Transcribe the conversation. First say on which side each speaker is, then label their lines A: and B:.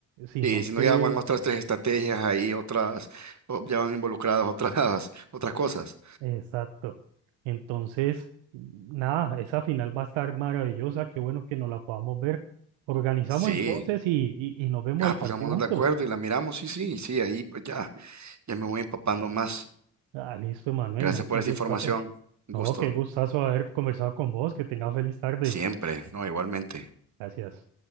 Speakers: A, on the right; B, on the right.
A: sino
B: Sí, si no,
A: que
B: ya van otras tres estrategias ahí, otras, o ya van involucradas otras, <laughs> otras cosas.
A: Exacto. Entonces, nada, esa final va a estar maravillosa. Qué bueno que nos la podamos ver. Organizamos
B: Sí,
A: entonces y, y, y nos vemos
B: ah,
A: el
B: pongámonos
A: partido juntos.
B: de acuerdo y la miramos, sí, sí, sí, ahí pues ya, ya me voy empapando más.
A: Ah, listo, Emanuel,
B: Gracias
A: ¿no?
B: por
A: Qué
B: esa
A: gustazo.
B: información, un
A: No,
B: gusto,
A: qué gustazo haber conversado con vos. Que tengas feliz tarde.
B: siempre, no, igualmente.
A: Gracias.